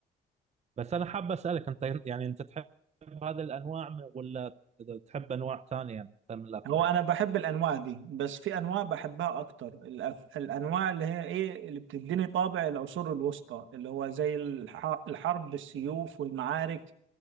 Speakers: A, on the right; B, on the right.
A: بس انا حاب اسالك انت يعني انت تحب هذه الانواع من- ولا تحب انواع ثانيه يعني انت من الافلام
B: هو انا بحب الانواع دي بس في انواع بحبها اكتر الأف- الانواع اللي هي ايه اللي بتديني طابع العصور الوسطى اللي هو زي الح- الحرب بالسيوف والمعارك